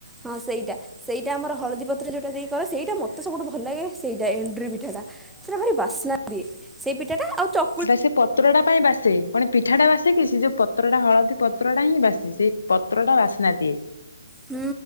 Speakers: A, in the centre; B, on the left.
A: ହଁ ସେଇଟା ସେଇଟା ଆମର ହଳଦୀ ପତ୍ର ଯୋଉଟା ଦେଇକି କ ସେଇଟା ମତେ ସବୁଠୁ ଭଲ ଲାଗେ। ସେଇଟା ଏଣ୍ଡୁରି ପିଠାଟା ସେଟା ଭାରି ବାସ୍ନା ଦିଏ। ସେଇ ପିଠାଟା ଆଉ ଚ
B: ସେ ପତ୍ରଟା ପାଇଁ ବାସେ। କଣ ପିଠାଟା ବାସେ କିି ସେ ଯେଉଁ ପତ୍ରଟା ହଳଦୀ ପତ୍ରଟା ହିଁ ବାସେ ସେଇ ପତ୍ରଟା ବାସ୍ନା ଦିଏ।
A: ହୁଁ